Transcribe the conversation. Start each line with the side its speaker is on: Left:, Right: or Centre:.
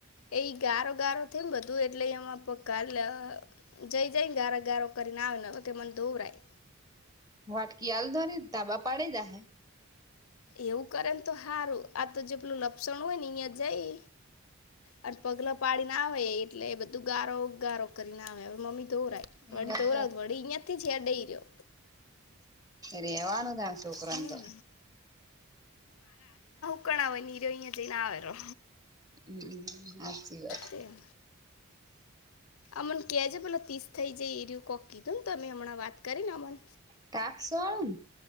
Left: એ ગારો ગારો થયું ને બધું એટલે એમાં પકાલા જઈ જઈ ગાર ગારો કરીને આવે ને વ કે મને ધોવરાય.
Right: વાટકી આલદોને ધાબા પાડેય જાહે.
Left: એવું કરે ને તો હારું આ તો જેટલું લપસણ હોય ને અહિયાં જાય અને પગલા પાડીને આવે એટલે બધું ગારો ગારો કરીને આવે હવે મમ્મી ધોવરાય.
Right: એ
Left: વડી
Right: વાત
Left: ત તોરા વડી કયાંથી ત્યા દઈદ્યો.
Right: રહેેવાનું ક્યા છોકરાને
Left: હમ
Right: તો.
Left: કણા બની રહ્યો જઈ ને આવેરો.
Right: હમ હાચી વાત.
Left: તેમ અમન ક્યાં છે ભોલો ત્રીસ થઈ જાય એરું કોક કીધું ને તો તમે હમણાં વાત કરીને અમન.
Right: ટાકસો ન